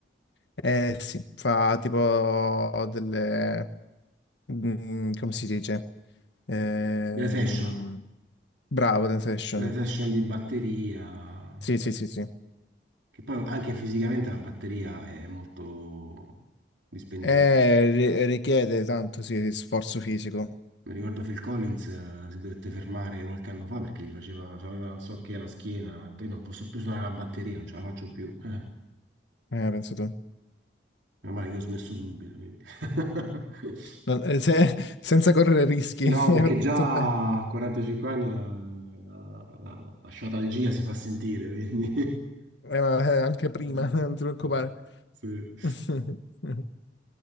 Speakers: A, on the left; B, on the right.
A: Eh sì, fa tipo delle... mm, come si dice? Ehm,
B: delle session,
A: bravo, Sensation.
B: delle session di batteria,
A: Sì, sì, sì, sì.
B: che poi anche fisicamente la batteria è molto dispendiosa.
A: Eh, ri- richiede tanto, sì, sforzo fisico.
B: Mi ricordo Phil Collins eh, si dovette fermare qualche anno fa perché gli faceva, cioè, aveva non so che alla schiena, poi non posso più suonare la batteria, non ce la faccio più. <laughs> Meno
A: Eh, penso tu.
B: male che ho smesso subito, quindi. <laughs>
A: Non- eh, se- <laughs> senza correre rischi,
B: No,
A: <laughs>
B: perché
A: hai fatto
B: già
A: bene.
B: a 45 anni la, la, la, la sciatalgia si fa sentire, quindi...
A: Eh, ma, eh, anche prima,
B: <laughs>
A: <laughs> non ti preoccupare.
B: Sì.
A: <laughs>